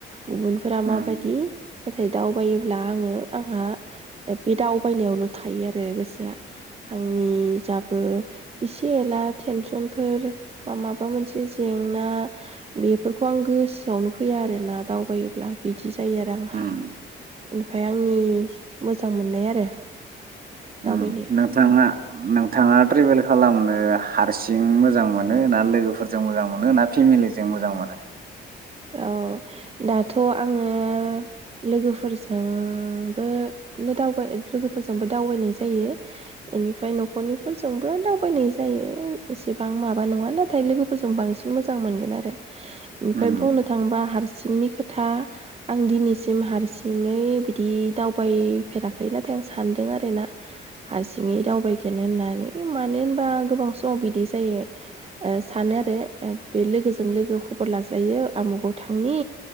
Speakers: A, on the right; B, on the right.
A: गुबुनफोरा
B: उम
A: माबायदि नाथाय दावबायोब्ला आङो आंहा बे दावबायनायावल' थायो आ रो गोसोआ आंनि जाबो एसे एला टेनसनफोर माबा मोनसे जेंना बेफोरखौ आं गोसोआवनो फैया आरोना दावबायोब्ला बिदि जायो आरो आंहा
B: उम
A: इनिफाय आंनि मोजां मो मोननाय आरो दावबायनाया
B: उम नोंथाङा नोंथाङा ट्रेभेल खालामनो ओ हारसिं मोजां मोनो ना लोगोफोरजों मोजां मोनो ना फेमिलिजों मोजां मोनो।
A: औ दाथ' आङो लोगोफोरजोंबो दावबाय लोगोफोरजोंबो दावबायनाय जायो इनिफ्राय न'खरनिफोरजोंबो दावबायनाय जायो एसेबां माबा नङा नाथाय लोगोफोरजों बांसिन मोजां मोनगोन आरो इनिफ्राय
B: उम
A: बुंनो थाङोबा हारसिंनि खोथा आं दिनैसिम हारसिङै बिदि दावबायफेराखै नाथाय आं सानदों आरोना हारसिङै दावबायगोनो होननानै मानो होनबा गोबां समाव बिदि जायो ओ सानो आरो बे लोगोजों लोगो खबर लाजायो आमुगाव थांनि